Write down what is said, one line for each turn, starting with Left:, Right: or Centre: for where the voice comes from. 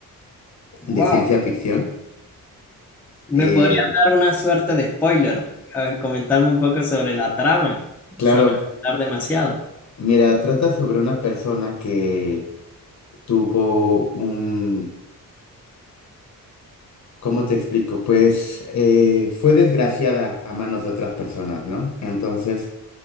Centre: wow
Left: de ciencia ficción.
Centre: ¿Me
Left: Eh,
Centre: podrías dar una suerte de spoiler? A ver, comentarme un poco sobre la trama,
Left: claro,
Centre: sin hablar demasiado.
Left: mira, trata sobre una persona que tuvo un, ¿cómo te explico? Pues eh, fue desgraciada a manos de otras personas, ¿no? Entonces,